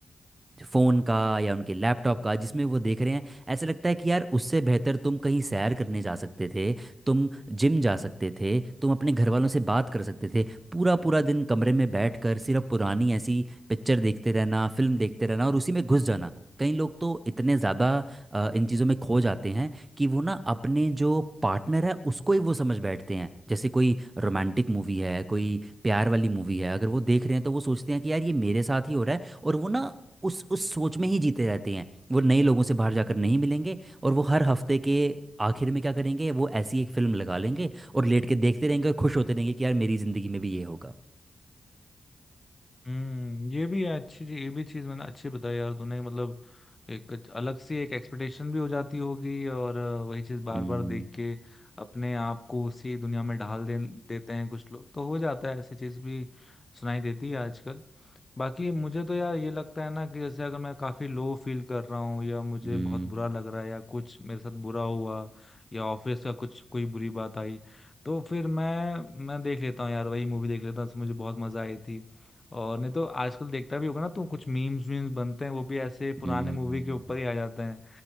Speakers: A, on the right (about 25°); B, on the left (about 30°).
A: फ़ोन का या उनके लैपटॉप का जिसमें वो देख रहे हैं ऐसा लगता है कि यार उससे बेहतर तुम कहीं सैर करने जा सकते थे तुम जिम जा सकते थे तुम अपने घर वालों से बात कर सकते थे पूरा पूरा दिन कमरे में बैठकर सिर्फ पुरानी ऐसी पिक्चर देखते रहना फिल्म देखते रहना और उसी में घुस जाना कई लोग तो इतने ज़्यादा अ, इन चीज़ों में खो जाते हैं कि वो ना अपने जो पार्टनर है उसको ही वो समझ बैठते हैं जैसे कोई रोमांटिक मूवी है कोई प्यार वाली मूवी है अगर वो देख रहे हैं तो वो सोचते हैं कि यार ये मेरे साथ ही हो रहा है और वो ना उस उस सोच में ही जीते रहते हैं वो नए लोगों से बाहर जाकर नहीं मिलेंगे और वो हर हफ्ते के आखिर में क्या करेंगे वो ऐसी एक फिल्म लगा लेंगे और लेट के देखते रहेंगे और खुश होते रहेंगे कि यार मेरी जिंदगी में भी ये होगा
B: हम्म ये भी है अच्छी चीज- ये भी चीज मैंने अच्छी बताई यार तूने मतलब एक अच्छ- अलग सी एक एक्सपेक्टेशन भी हो जाती होगी और अ, वही चीज बार
A: हम्म
B: बार देख के अपने आप को उसी दुनिया में ढाल दे देते हैं कुछ लोग तो हो जाता है ऐसी चीज भी सुनाई देती है आजकल बाकी मुझे तो यार ये लगता है ना कि जैसे अगर मैं काफी लो फील कर रहा हूँ या मुझे
A: हम्म
B: बहुत बुरा लग रहा है या कुछ मेरे साथ बुरा हुआ या ऑफिस का कुछ कोई बुरी बात आई तो फिर मैं मैं देख लेता हूँ यार वही मूवी देख लेता हूँ जिसमें मुझे बहुत मजा आई थी और नहीं तो आजकल देखता भी होगा ना तू कुछ मीम्स वीम्स बनते हैं वो भी ऐसे पुराने
A: हम्म
B: मूवी के ऊपर ही आ जाते हैं